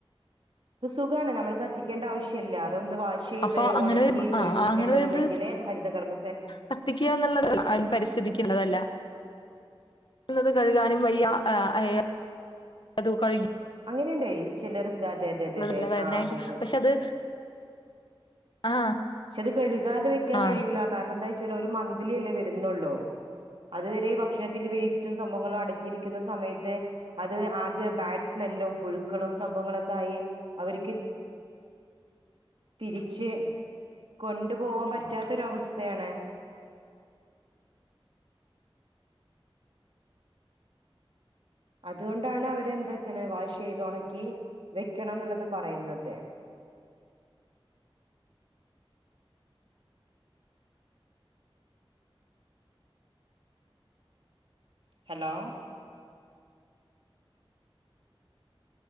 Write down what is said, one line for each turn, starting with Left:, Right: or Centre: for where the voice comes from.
Right: ഇപ്പൊ സുഖാണ് നമ്മള് കത്തിക്കേണ്ട ആവശ്യില്ല അതൊന്ന് വാഷ് ചെയ്ത്
Left: അപ്പൊ അങ്ങനെ
Right: ഒണക്കി
Left: വരുമ്പോ ആ
Right: വെച്ചിട്ടുണ്ടെന്നെങ്കില്
Left: അങ്ങനെ വരുമ്പോ
Right: ഹരിതകർമ
Left: കത്തിക്കുക എന്നള്ളത് അല്ല പരിസ്ഥിതി‌ക്കിള്ളതല്ല ക്കുന്നത് കഴുകാനും വയ്യ ആ ഏ അതു കഴിഞ്ഞു
Right: നെണ്ടേ ചിലർക്ക് അതെ അതെ അതെ അതെ
Left: തലവേദനയായിട്ട്
Right: ആ അതെ അതെ
Left: പക്ഷെ അത് ആ
Right: പക്ഷെ അത് കഴുകാതെ വെയ്ക്കാൻ
Left: ആ
Right: കഴിയൂല കാരണം എന്താന്ന് വെച്ചാൽ ഒരു മ ന്തിലിയല്ലേ വരുന്നുള്ളു അതുവരെ ഭക്ഷണത്തിന്റെ വേസ്റ്റും സംഭവങ്ങളും അടിഞ്ഞിരിക്കുന്ന സമയത്ത് അത് ആകെ ബാഡ് സ്മെല്ലും പുഴുക്കളും സംഭവങ്ങളൊക്കെ ആയി അവരിക്ക് തിരിച്ച് കൊണ്ടു പോവാൻ പറ്റാത്തൊരവസ്ഥയാണ് അതുകൊണ്ടാണ് അവരെന്താക്കണെ വാഷ് ചെയ്ത് ഒണക്കി വെക്കണം എന്നൊള്ളത് പറയുന്നത് hello